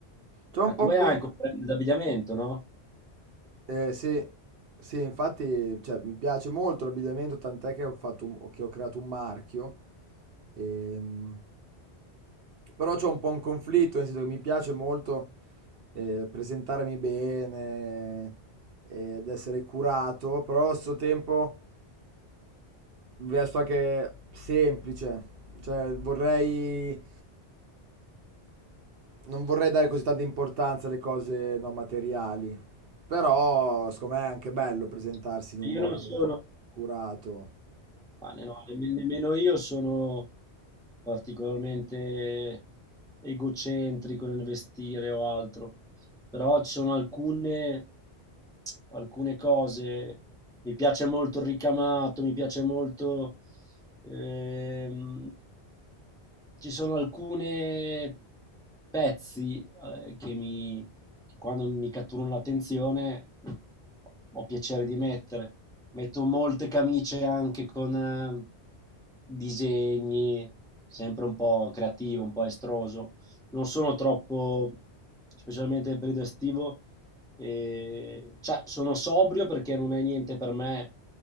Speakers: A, on the right; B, in the centre.
A: c'ho
B: Eh,
A: un po'
B: tu
A: un
B: hai
A: con-
B: anche un brand d'abbigliamento, no?
A: eh, sì, sì, infatti, cioè, mi piace molto l'abbigliamento, tant'è che ho fatto un- che ho creato un marchio. Ehm, Però c'ho un po' un conflitto, nel senso che mi piace molto eh, presentarmi bene eh, ed essere curato, però allo stesso tempo resto anche semplice. Cioè, vorrei... Non vorrei dare così tanta importanza alle cose non materiali, però secondo me è anche bello presentarsi in un
B: Io
A: modo
B: non sono,
A: curato.
B: Ma ne- no, nemm- nemmeno io sono particolarmente egocentrico nel vestire o altro, però ci sono alcune, alcune cose, mi piace molto il ricamato, mi piace molto, ehm, ci sono alcune pezzi, eh, che mi, che quando mi catturano l'attenzione ho piacere di mettere. Metto molte camicie anche con eh, disegni, sempre un po' creativo, un po' estroso. Non sono troppo, specialmente nel periodo estivo, eh, cioè sono sobrio perché non è niente per me